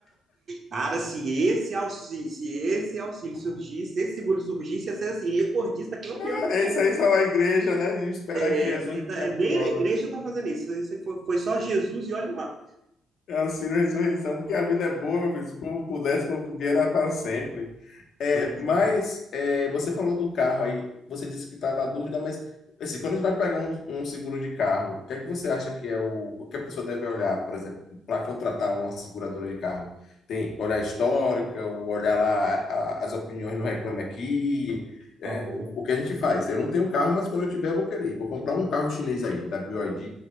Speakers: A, on the right; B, on the left.
A: Cara, se esse auxílio, se esse auxílio surgisse, se esse seguro surgisse, ia ser assim, recordista, campeão
B: <laughs>
A: de
B: Isso
A: merda.
B: aí só na igreja, né? E esperar
A: É,
B: que Jesus
A: isso aí
B: me
A: tá-
B: chame
A: nem
B: de volta.
A: na igreja estão fazendo isso. Isso aí foi, foi só Jesus e olha lá.
B: É auxílio à ressurreição, porque a vida é boa, meu filho. Se o povo pudesse, o povo vivia para sempre. É,
A: Foi.
B: mas
A: sim.
B: é, você falou do carro aí, você disse que está na dúvida, mas assim, quando a gente vai pegar um, um seguro de carro, o que é que você acha que é o, o que a pessoa deve olhar, por exemplo, para contratar uma seguradora de carro? Tem olhar histórica, ou olhar lá a- as opiniões no Reclame Aqui, é,
A: Ó, boa.
B: o, o que a gente faz? Eu não tenho carro, mas quando eu tiver, eu vou querer. Vou comprar um carro chinês aí, da BYD,